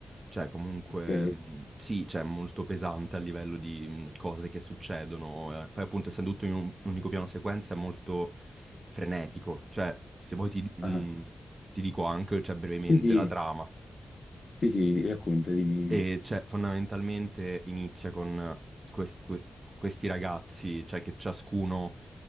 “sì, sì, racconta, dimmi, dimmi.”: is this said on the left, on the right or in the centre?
Left